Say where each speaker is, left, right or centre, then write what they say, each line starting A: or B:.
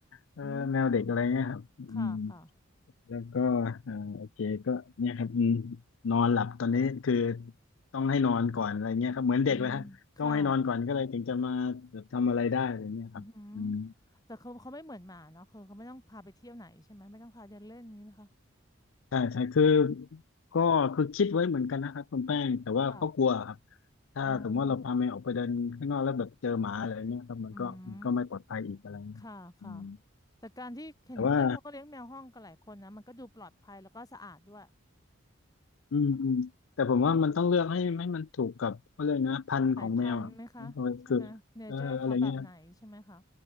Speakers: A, on the left (about 75°); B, on the left (about 20°).
A: เออแมวเด็กอะไรเงี้ยครับอืม
B: อืมค่ะค่ะ
A: แล้วก็อ่าโอเคก็เนี่ยครับอืมนอนหลับตอนนี้คือต้องให้นอนก่อนอะไรเงี้ยครับเหมือนเด็กเลยฮะต้องให้นอนก่อนก็เลยถึงจะมาแบบทำอะไรได้อะไรเงี้ยครับอืม
B: อืมค่ะอือหือแต่เขาเขาไม่เหมือนหมาเนาะคือเขาไม่ต้องพาไปเที่ยวไหนใช่ไหมไม่ต้องพาเดินเล่นนี้ไหมคะ
A: ใช่ใช่คือก็คือคิดไว้เหมือนกันนะครับคุณแป้งแต่ว่าก็กลัวครับ
B: ค่ะ
A: ถ้าสมมติว่าเราพาแมวออกไปเดินข้างนอกแล้วแบบเจอหมาอะไรเงี้ยครับมันก็มันก็ไม่ปลอดภัยอีกอะไรเงี้ยครับอืม
B: อ๋ออืม ค่ะ ค่ะ แต่การที่เห็นเพื่อนเขาก็เลี้ยงแมวห้องกันหลายคนนะ
A: แต่ว่า
B: มันก็ดูปลอดภัยแล้วก็สะอาดด้วย
A: อืมอืมแต่ผมว่ามันต้องเลือกให้ให้มันถูกกับเขาเรียกนะพันธุ์ของแมวอ่ะ
B: สายพันธุ์ไหมคะ ใช่ไหมเนเจอร์เขาแบบไหนใช่ไหมคะ
A: คือเอออะไรเงี้ย